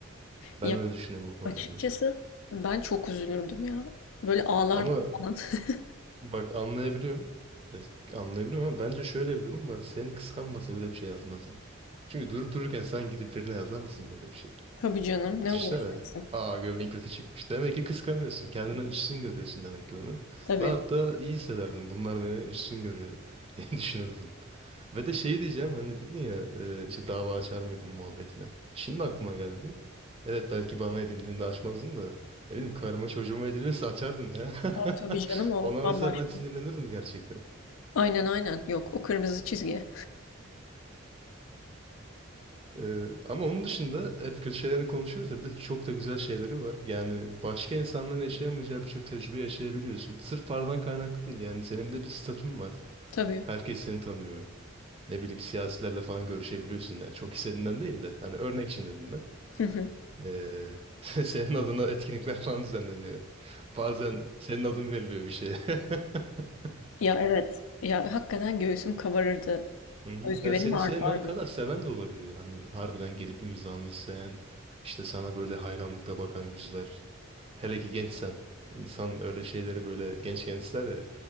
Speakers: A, on the right; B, on the left.
A: Ben
B: Ya
A: öyle düşünüyorum bu konularda.
B: açıkçası ben çok üzülürdüm ya. Böyle ağlardım
A: Ama
B: falan. <laughs>
A: bak anlayabiliyorum. Evet, Anlayabiliyorum ama bence şöyle bir durum var. Seni kıskanmasa böyle bir şey yazmaz zaten. Çünkü durup dururken sen gidip birine yazar mısın böyle bir şey?
B: Tabii canım ne
A: Düşünsene.
B: uğraşacaksın?
A: Aa göbeğin kötü çıkmış. Demek ki kıskanıyorsun. Kendinden üstün görüyorsun demek ki onu.
B: Tabii.
A: Ben hatta iyi hissederdim. Bunlar beni üstün görüyor <laughs> diye düşünürdüm. Ve de şey diyeceğim hani dedin ya e, işte dava açar mıydın muhabbetine. Şimdi aklıma geldi. Evet belki bana edildiğinde açmazdın da ne bileyim karıma çocuğuma ediliyorsa açardım ya.
B: Aa, tabii
A: <laughs>
B: canım o
A: Ona
B: bambaşka.
A: mesela ben sinirlenirdim gerçekten.
B: Aynen aynen yok o kırmızı çizgi.
A: Ee, ama onun dışında hep kötü şeylerini konuşuyoruz da bir de çok da güzel şeyleri var. Yani başka insanların yaşayamayacağı birçok tecrübe yaşayabiliyorsun. Sırf paradan kaynaklı değil yani senin de bir statün var.
B: Tabii.
A: Herkes seni tanıyor. Ne bileyim siyasilerle falan görüşebiliyorsun. Yani çok istediğinden değil de hani örnek için dedim ben.
B: Hı hı. <laughs>
A: Ee, <laughs> senin adına etkinlikler falan düzenleniyor. Bazen senin adın veriliyor bir şeye. <laughs>
B: Ya evet. Ya hakikaten göğsüm kabarırdı.
A: Hı hı.
B: Özgüvenim
A: Ya seni
B: artardı.
A: sevmeyen kadar seven de olabiliyor. Hani harbiden gelip imzanı isteyen, işte sana böyle hayranlıkla bakan yüzler. Hele ki gençsen. İnsan öyle şeyleri böyle gençken ister ya.